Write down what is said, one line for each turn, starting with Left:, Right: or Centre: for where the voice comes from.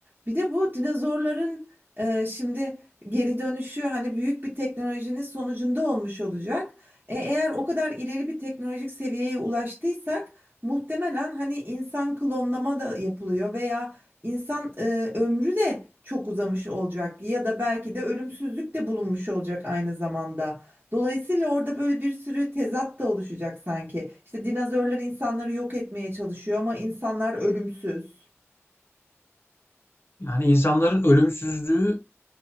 Right: Bir de bu dinozorların e, şimdi geri dönüşü hani büyük bir teknolojinin sonucunda olmuş olacak. E, eğer o kadar ileri bir teknolojik seviyeye ulaştıysak muhtemelen hani insan klonlama da yapılıyor veya insan e, ömrü de çok uzamış olacak ya da belki de ölümsüzlük de bulunmuş olacak aynı zamanda. Dolayısıyla orada böyle bir sürü tezat da oluşacak sanki. İşte dinozorlar insanları yok etmeye çalışıyor ama insanlar ölümsüz.
Left: Yani insanların ölümsüzlüğü